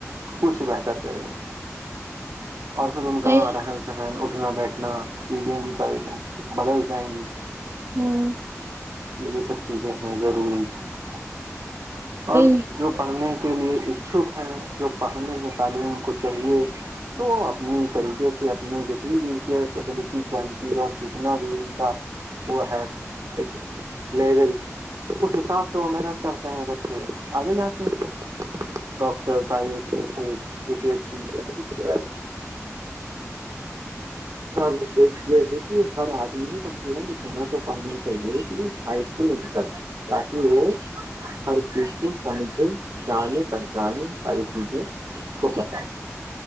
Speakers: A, on the right (about 85°); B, on the right (about 50°).
A: کچھ بہتر کریں گے اور پھر
B: صحیح
A: رہن سہن کرنا بیٹھنا چیزیں بھی بدل جائیں گی
B: ہوں
A: یہ سب چیزیں ہیں ضروری چیزیں
B: صحیح
A: اور جو پڑھنے کے لیے ا چھوٹ ہیں جو پڑھنے ہیں تعلیم کو چاہیے تو اپنی سے اپنے جو چین م کی فبلٹی کوالٹی اور جتنا بھی ان کا وہ ہے ایک لیول اس حساب سے سو محنت کرتے ہیں بچے آگے جاتے ہیں ڈاکٹر آئی ایس چس ا بہار کی اوج اچھ ہر آدمی کو کم سے کم اتنا تو پنا چاہیے کہ ہائ اسک کر تاکہ وہ خر کی سمج جانے پہچانے ساری چیزیں <inaudible> خ <inaudible> ج